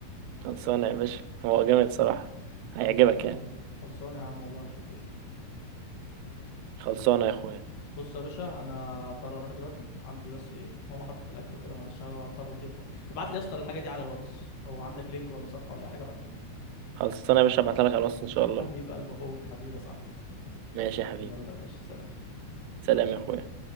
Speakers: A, on the right; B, on the left.
A: خلصانه يا باشا هو جامد صراحه
B: خلص
A: هيعجبك
B: يا زعيم
A: يعني
B: خلصانه يا عم والله اشوفه قشطة
A: خلصانه يا اخويا
B: بص يا باشا انا اضطر اروح دلوقتي عندي بس ايه ماما حطت الاكل وكده معلش هضطر اطير بقى ابعت لي يا اسطى الحاجة دي على الواتس هو عندك لينك ولا صفحة ولا أي حاجة ابعتها لي
A: خلصانة يا باشا ابعتها لك على الوصف ان شاء
B: حبيب
A: الله
B: قلب اخوك حبيب يا صاحبي
A: ماشي يا حبيبي
B: يلا يا باشا سلام
A: سلام يا اخويا